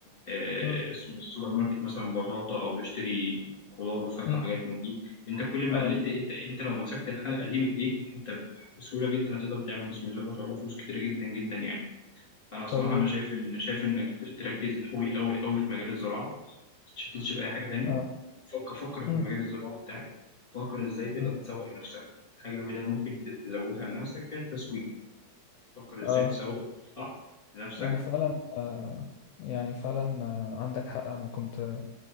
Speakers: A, on the left (about 15°); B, on the left (about 80°).
A: آه،
B: امم
A: من السوبر ماركت مثلا بطاطا أو بيشتري خضار وفاكهة
B: امم
A: وحاجات من دي انت كل ما
B: اه
A: قللت انت انت لو مسكت الحلقه دي بايديك انت بسهوله جدا هتقدر تعمل بسم الله ما شاء الله فلوس كتير جدا جدا يعني انا الصراحه
B: طيب
A: انا شايف ان انا شايف انك تركز قوي قوي قوي في مجال الزراعه ما تتشتتش باي حاجه تانية
B: اه
A: فكر فكر في
B: امم
A: مجال الزراعه بتاعك فكر ازاي تقدر
B: امم
A: تسوق لنفسك الحاجه الوحيده اللي ممكن تزودها لنفسك هي التسويق فكر ازاي
B: اه
A: تسوق صح لنفسك
B: انا فعلا آه يعني فعلا آه عندك حق انا كنت